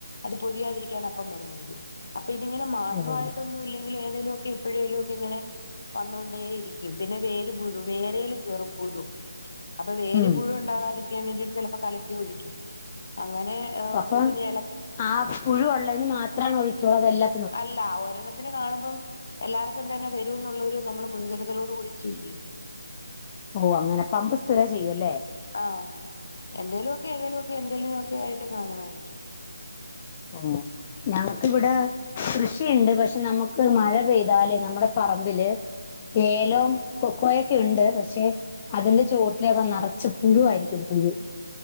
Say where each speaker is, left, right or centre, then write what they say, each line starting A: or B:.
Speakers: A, on the left; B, on the left.
A: അത് പൊഴിയാതിരിക്കാൻ അപ്പം മരുന്നടിക്കും അപ്പൊ ഇതിങ്ങനെ മാസവായിട്ടൊന്നും
B: ഉം
A: ഇല്ലെങ്കിൽ ഏതേങ്കലു ഒക്കെ എപ്പോഴേലും ഒക്കെ ഇങ്ങനെ വന്നോണ്ടേ ഇരിക്കും പിന്നെ വേര് പുുഴു വേരൽ കേയറും പുഴു അപ്പൊ വേര്
B: ഉം
A: പുഴു ഉണ്ടാകാതിരിക്കാൻ വേണ്ടിട്ട് ചിലപ്പോ കലക്കി ഒഴിക്കും അങ്ങനെ
B: അപ്പം
A: പിന്നെ എള
B: ആ പുഴുവൊള്ളതിന് മാത്രാണ് ഒഴിക്കുള്ളൂ അതെല്ലാ
A: അല്ല ഒരെണ്ണ തിന് കാണുമ്പം എല്ലാർക്കും തന്നെ വരൂന്നുള്ളൊരു നമ്മള് മുൻകരുതലോടു കൂടി ചെയ്യും
B: ഓ് അങ്ങനെ പമ്പ് സ്ഥിര ചെയ്യൂ അല്ലേ
A: ആ എന്തേലു ഒക്കെ ഏതേലും ഒക്കെ എന്തേലും ഒക്കെ ആയിട്ട് കാണുമായിരിക്കും
B: ഓ ഞങ്ങക്കിവിടെ
A: ഉം
B: കൃഷിയുണ്ട് പക്ഷെ നമുക്ക് മഴ പെയ്താല് നമ്മുടെ പറമ്പില് ഏലം കൊക്കോൊയൊക്കെ ഉണ്ട് പക്ഷെ അതിന്റെ ചുവട്ടിലൊക്കെ നിറച്ച പുഴു ആയിരിക്കും പുഴു